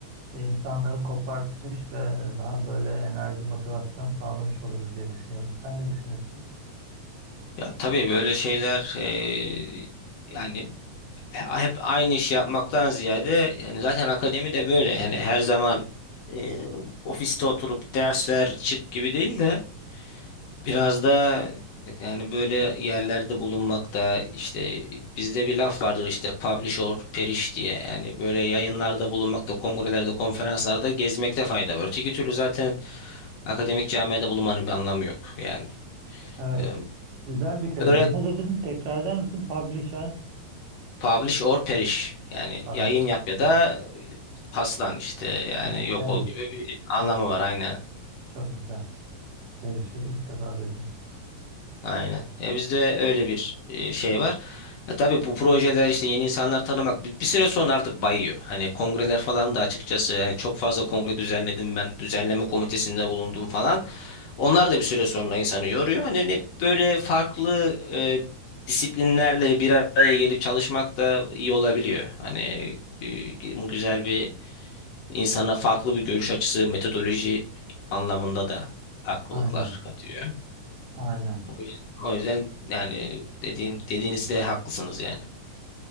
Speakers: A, on the right; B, on the left.
A: insanları kopartmış ve daha böyle enerji, motivasyon sağlamış oluruz diye düşünüyorum. Sen ne düşünüyorsun?
B: Ya tabii böyle şeyler e, yani hep aynı iş yapmaktan ziyade yani zaten akademi de böyle. Yani her zaman e, ofiste oturup ders ver çık gibi değil de Biraz da yani böyle yerlerde bulunmakta işte bizde bir laf vardır işte publish or perish diye yani böyle yayınlarda bulunmakta, kongrelerde, konferanslarda gezmekte fayda var. Öteki türlü zaten akademik camiada bulunmanın bir anlamı yok yani.
A: Evet.
B: Ee,
A: Güzel bir kelime.
B: Böyle
A: Ne dedin? Tekrar eder misin? Publish and...
B: publish or perish yani
A: Publish
B: yayın yap ya
A: and...
B: da paslan işte yani
A: Ha,
B: yok
A: Periş.
B: ol gibi bir anlamı
A: Aynen.
B: var aynen.
A: Çok güzel. Periş'i ilk defa duydum.
B: Aynen. Ya bizde öyle bir e, şey var. E, tabii bu projeler işte yeni insanlar tanımak bir, bir süre sonra artık bayıyor. Hani kongreler falan da açıkçası yani çok fazla kongre düzenledim ben düzenleme komitesinde bulundum falan. Onlar da bir süre sonra insanı yoruyor. Hani ne böyle farklı e, disiplinlerle bir araya gelip çalışmak da iyi olabiliyor. Hani e, bu güzel bir insana farklı bir görüş açısı, metodoloji anlamında da farklılıklar
A: Aynen.
B: katıyor.
A: Aynen.
B: O yüzden o yüzden yani dediğin, dediğinizde haklısınız yani.